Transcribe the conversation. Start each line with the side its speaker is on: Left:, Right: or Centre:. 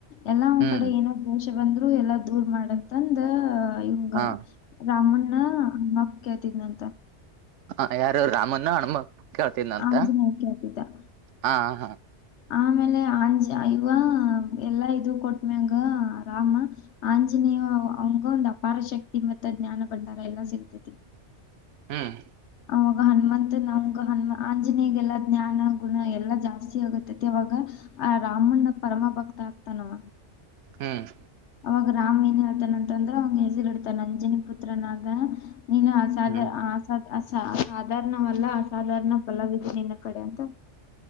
Left: ಎಲ್ಲಾ ಒನ್
Right: ಹ್ಮ್
Left: ಕಡೆ ಏನೋ ಕ್ಲೋಷ ಬಂದ್ರು ಎಲ್ಲಾ ದೂರ್ ಮಾಡಂತಂದ ಇವಂಗ
Right: ಹಾ
Left: ರಾಮಣ್ಣ ಅಮ್ಮಪ್ಪ ಕೇಳ್ತಿದಂತ
Right: ಹ ಯಾರು ರಾಮನ್ನ ಹಣ ಕೇಳ್ತನಂತ
Left: ಆಂಜನೇಯ ಕೇಳ್ತಿದ್ದ.
Right: ಹಾ ಹಾ
Left: ಆಮೇಲೆ ಆಂಜಿ ಅಯವ ಎಲ್ಲಾ ಇದು ಕೊಟ್ಮ್ಯಂಗ ರಾಮ ಆಂಜಿನ ನೀವು ಅವಂಗ ಒಂದ್ ಅಪಾರ ಶಕ್ತಿ ಮತ್ತ ಜ್ಞಾನ ಭಂಡಾರ ಎಲ್ಲಾ ಸಿಗತೈತಿ
Right: ಹ್ಮ್
Left: ಆಾಗ ಹನುಮಂತ ನಮ್ಗೆ ಹನು ಆಂಜನೇಯಗೆಲ್ಲ ಜ್ಞಾನ ಗುಣ ಎಲ್ಲ ಜಾಸ್ತಿ ಆಗುತ್ತೈತೆ ಅವವಾಗ ಆ ರಾಮಣ್ಣ ಪರಮ ಭಕ್ತ ಆಗ್ತಾನವ
Right: ಹ್ಮ್
Left: ಅವಾಗ ರಾಮ್ ಏನ್ ಹೇಳ್ತಾನ ಅಂತಂದ್ರ ಅವ್ ಹೆಸರಿ ಇಡ್ತಾನ ಅಂಜನಿ ಪುತ್ರನಾಗ ನೀನ್ ಆಸಾದ
Right: ಹ್ಮ್
Left: ಆಸಾದ ಅಸ ಸಾಧಾರಣವಲ್ಲ ಅಸಾಧಾರಣ ಫಲವತ್ತು ನಿನ್ನ ಕಡೆ ಅಂತ